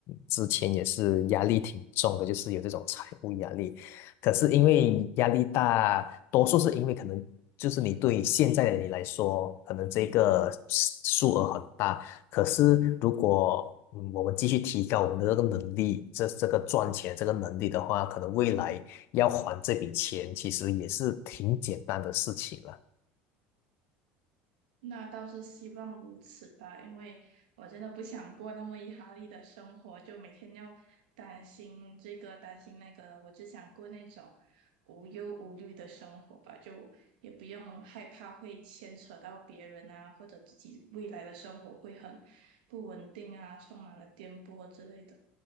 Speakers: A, on the left; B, on the right.
A: 之前也是压力挺重的，就是有这种财务压力。可是因为压力大，多数是因为可能就是你对现在的你来说，可能这个数额很大。可是如果嗯我们继续提高我们的这个能力，这这个赚钱这个能力的话，可能未来要还这笔钱其实也是挺简单的事情了。
B: 那倒是希望如此吧，因为我真的不想过那么压力的生活，就每天要担心这个担心那个我只想过那种无忧无虑的生活吧，就也不用害怕会牵扯到别人啊，或者自己未来的生活会很不稳定啊，充满了颠簸之类的。